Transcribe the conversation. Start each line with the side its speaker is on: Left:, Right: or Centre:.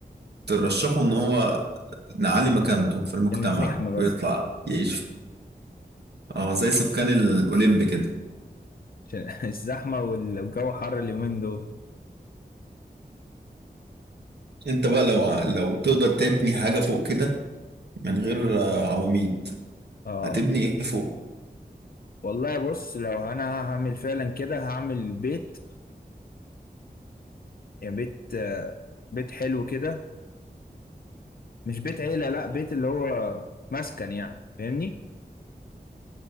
Right: ترشحه إن هو نعلي مكانته في المجتمع
Left: عشان الزحمة بس
Right: ويطلع يعيش اه زي سكان الأوليمب كده
Left: عشان <laughs> الزحمة والجو حر اليومين دول
Right: أنت بقى لو لو تقدر تبني حاجة فوق كده من غير آه، عواميد
Left: اه
Right: هتبني إيه فوق؟
Left: والله بص لو انا هعمل فعلا كده هعمل بيت يعني بيت آه، بيت حلو كده مش بيت عيلة لا بيت اللي هو مسكن يعني فاهمني